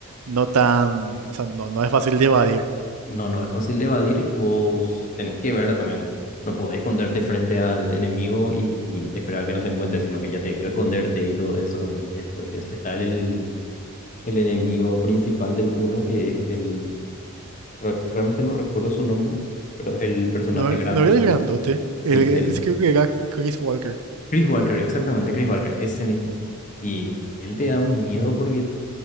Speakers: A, on the right (about 80°); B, on the left (about 35°).
A: no tan, o sea, no, no es fácil de evadir.
B: No, no es fácil de evadir y vos tenés que ver también. No podés esconderte frente al enemigo y esperar que no te encuentre, sino que ya te vio esconderte y todo eso. Y después está el el enemigo principal del uno que es el... re- Realmente no recuerdo su nombre, pero es el personaje
A: No, e-
B: grande.
A: no era el grandote,
B: Sí,
A: el,
B: el
A: es, creo que era Chris Walker.
B: Chris Walker, exactamente, Chris Walker, ese mismo. Y él te da un miedo porque